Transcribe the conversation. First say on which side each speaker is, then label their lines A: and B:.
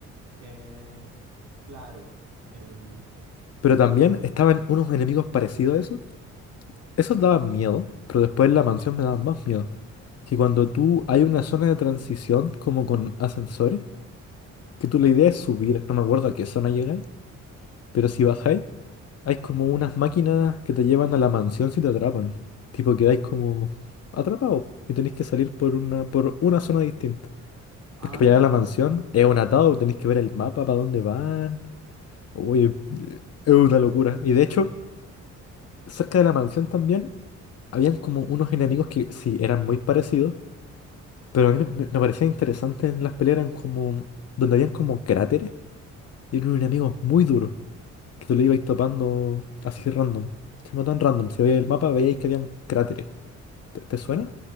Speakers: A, on the right; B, on the left.
A: eh, claro. em,
B: Pero también estaban unos enemigos parecidos a eso Esos daban miedo, pero después en la mansión me daban más miedo. Que cuando tú hay una zona de transición como con ascensores, que tú la idea es subir, no me acuerdo a qué zona llegáis, pero si bajáis, hay como unas máquinas que te llevan a la mansión si te atrapan. Tipo quedáis como atrapados y tenéis que salir por una, por una zona distinta.
A: ah.
B: Porque para llegar a la mansión es un atado, tenéis que ver el mapa para dónde van. Uy, es una locura. Y de hecho, cerca de la mansión también habían como unos enemigos que sí eran muy parecidos Pero a mí me, me parecía interesante en las peleas eran como, donde habían como cráteres y eran unos enemigos muy duros, que tú le ibas topando así random. O sea, no tan random, si veíais el mapa veíais que habían cráteres. ¿Te, te suena?